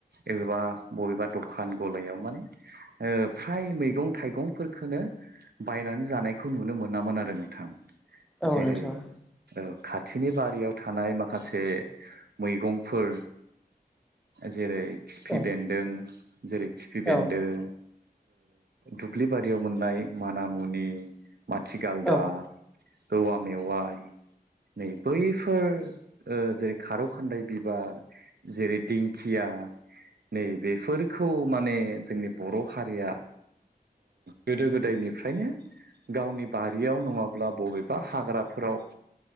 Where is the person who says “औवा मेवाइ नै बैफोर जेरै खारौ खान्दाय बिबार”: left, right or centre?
Right